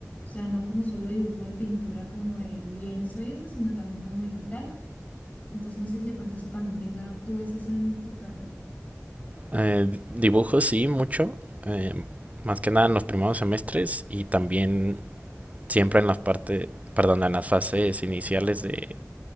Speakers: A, on the left; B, on the right.
A: sea, no como solo dibujo de pintura, como de lienzo y eso, sino también como digital. Entonces no sé si de pronto eso también tenga, ¿tú ves eso en tu carrera?
B: Eh, dibujo sí, mucho, eh, más que nada en los primeros semestres y también siempre en las partes, perdón, en las fases iniciales de,